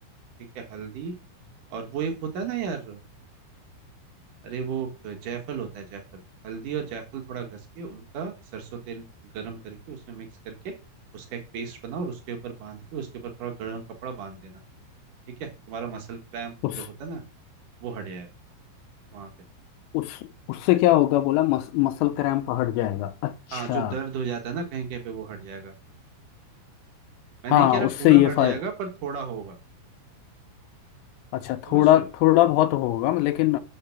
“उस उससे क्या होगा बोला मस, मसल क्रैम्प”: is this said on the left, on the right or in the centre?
Left